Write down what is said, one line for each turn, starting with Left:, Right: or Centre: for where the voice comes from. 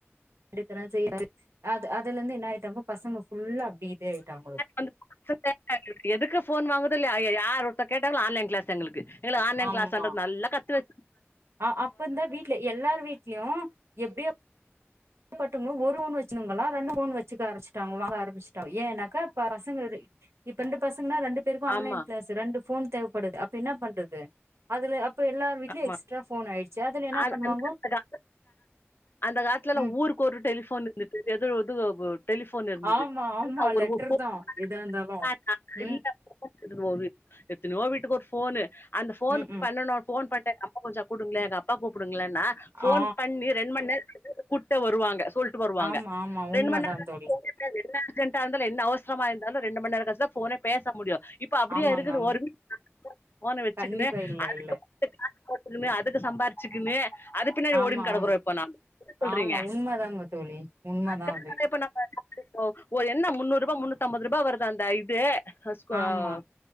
Right: எடுக்கறே செய்யறது அது அதுலருந்து என்ன ஆயிட்டாங்க பசங்க ஃபுல்லா அப்படி இதே ஆயிட்டாங்களு
Left: அந்த பசங்க எதுக்கு ஃபோன் வாங்குதோ இல்லையோ ஐயயோ யார் ஒருத்த கேட்டாங்களோ ஆன்லைன் கிளாஸ் எங்களுக்கு எங்களுக்கு ஆன்லைன்
Right: ஆமா
Left: கிளாஸ்தானு நல்லா கத்து வச்சி
Right: ஆ அப்பந்தா வீட்ல எல்லார் வீட்லையு எப்டியோ பட்டுங்க ஒரு ஃபோன் வச்சிணவங்களா ரெண்டு ஃபோன் வச்சிக்க ஆரம்பிச்சிட்டாங்கலா வாங்க ஆரம்பிச்சிட்டாங்க ஏன்னாக்கா பசங்க இப்ப ரெண்டு பசங்கன்னா ரெண்டு பேருக்கு ஆன்லைன்
Left: ஆமா ஆமா
Right: கிளாஸ் ரெண்டு ஃபோன் தேவப்படுது அப்ப என்ன பண்றது அதுல அப்ப எல்லார் வீட்டுலையு
Left: ஆமா.
Right: எக்ஸ்ட்ரா ஃபோன் ஆயிடுச்சி அதுல என்ன
Left: அது
Right: பண்ணுவாங்கோ
Left: அந்த அந்த காலத்துல எல்லா
Right: ம்
Left: ஊருக்கு ஒரு டெலிஃபோனு இது இது டெலிஃபோன் இருந்தது
Right: ஆமா ஆமா
Left: <unintelligible>
Right: லெட்டர்தா எதா இருந்தாலு ம்
Left: எத்தனையோ வீட்டுக்கு ஒரு ஃபோனு அந்த ஃபோனு
Right: ம் ம்
Left: ஃபோன் பண்ட்டே அம்மா கொஞ்ச கூப்டுங்களே எங்க அப்பா கூப்பிடுங்களன்னா ஃபோன்
Right: ஆ
Left: பண்ணி ரெண்டு மந்நேர கழிச்சுதா கூட்டே வருவாங்க சொல்லிட்டு வருவாங்க
Right: ஆமா ஆமா உண்மதா
Left: ரெண்டு மந்நேர <inaudible>
Right: தோழி
Left: அது என்ன அர்ஜன்டா இருந்தாலு என்ன அவசரமா இருந்தாலு ரெண்டு மந்நேர கழிச்சிதா ஃபோனே பேச முடியு இப்ப அப்படியா
Right: ஆமாங்க
Left: இருக்குது
Right: ஆமா
Left: ஒரு ஃபோனா வச்சிக்குனே
Right: கண்டிப்பா இல்ல இல்ல
Left: காசு போடணுமே அதுக்கு சம்பாிச்சிக்குனே அதுக்கு பின்னாடி
Right: ஆமா
Left: ஓடின்னு கிடக்குறோ
Right: ஆமா
Left: இப்போ நாம என்ன சொல்றீங்க
Right: ஆமா உண்மதாங்க தோழி உண்மதா
Left: அதுக்காக
Right: அது
Left: இப்ப நம்ம ஓ ஓ என்ன முன்னூறு ரூபா முன்னூத்தி அம்பது ரூபா வருது அந்த இது <unintelligible>
Right: ஆமா